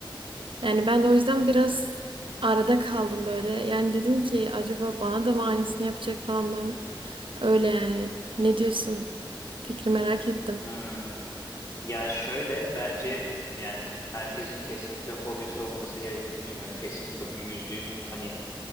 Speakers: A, on the right; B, on the left.
A: Yani ben de o yüzden biraz arada kaldım böyle. Yani dedim ki acaba bana da mı aynısını yapacak falan ben öyle yani. Ne diyorsun? Fikri merak ettim.
B: Hmm. Ya şöyle bence yani herkesin kesinlikle hobisi olması gerektiğini düşünüyorum. Kesinlikle bu yüzde yüz hani